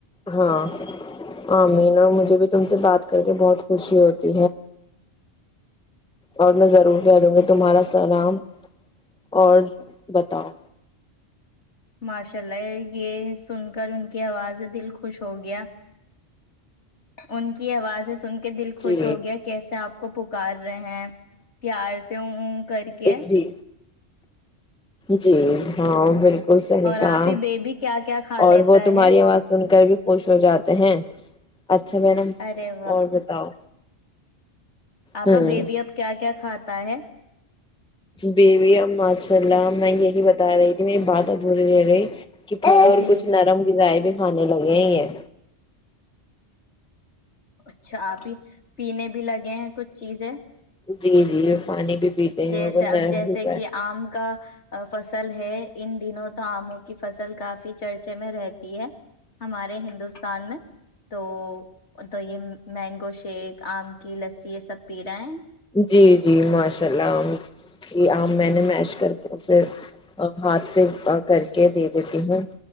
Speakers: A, in the centre; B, on the left.
A: ہاں امین اور مجھے بھی تم سے بات کر کے بہت خوشی ہوتی اور میں ضرور کہہ دوں گی تمہارا سلام اور بتاؤ
B: ماشاء اللہ یہ سن کر ان کی آواز دل خوش ہو گیا ان کی آوازیں سن کے دل خوش
A: جی
B: ہو گیا کیسے آپ کو پکار رہے ہیں پیار سے ا کر کے
A: جی جی ہاں بالکل بالکل صحیح
B: اور
A: کہا
B: آپ ہی بیبی کیا کیا کھا لیتا
A: اور وہ تمہاری
B: ہے
A: آواز سن کر بھی خوش ہو جاتے ہیں اچھا م نم
B: ارے
A: اور بتاؤ
B: آپ
A: ہوں
B: بیبی اب کیا کیا کھاتے ہے
A: بیوی اب ماشاء اللہ میں یہی بتا رہی تھی میری بات ادھوری رہ گئی ک اور
B: جی
A: کچھ نرم غذائے بھی کھے لگے ہی ہیں
B: اچھا آپ ہی پینے بھی لگے ہیں کچھ چیزیں
A: جی جی پانی بھی پیتے ہیں
B: جیسے
A: اور
B: اب
A: نرم
B: جیسے
A: غذائیں
B: کہ آم کا فصل ہے ان دنوں تو آموں کی فصل کافی چرچے میں رہتی ہے ہمارے ہندوستان میں تو تو یہ مینگو شیک آم کی لسی یہ سب پی رہے ہیں
A: جی جی ماشاء اللہ میں نے مش کرے ہاتھ سے کر کے دے دیتی ہوں